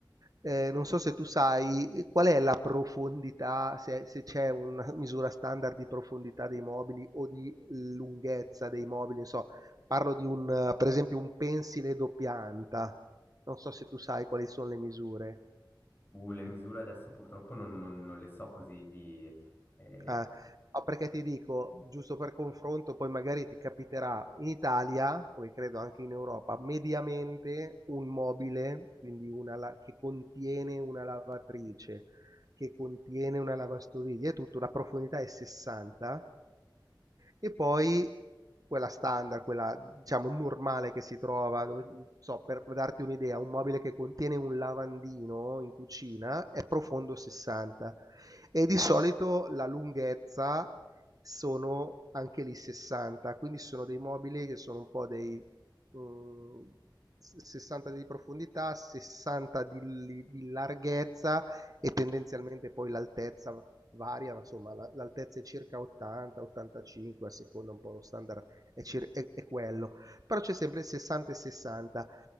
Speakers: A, on the right; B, on the left.
A: eh, non so se tu sai qual è la profondità, se, se c'è una <laughs> misura standard di profondità dei mobili o di lunghezza dei mobili, non so, parlo di un, eh, per esempio, un pensile doppia anta, non so se tu sai quali sono le misure.
B: Uh, le misure adesso purtroppo non, non- non le so così di... eh,
A: Eh, ma perché ti dico, giusto per confronto, poi magari ti capiterà in Italia, come credo anche in Europa, mediamente un mobile, quindi una la- che contiene una lavatrice, che contiene una lavastoviglie, è tutto, la profondità è 60 e poi quella standard, quella diciamo normale che si trova, dove- non so, per darti un'idea, un mobile che contiene un lavandino in cucina è profondo 60 e di solito la lunghezza sono anche lì 60, quindi sono dei mobili che sono un po' dei mm, 60 di profondità, 60 di di larghezza e tendenzialmente poi l'altezza varia, ma insomma la- l'altezza è circa 80-85, a seconda un po' lo standard è, cir- è- è quello, però c'è sempre il 60 e 60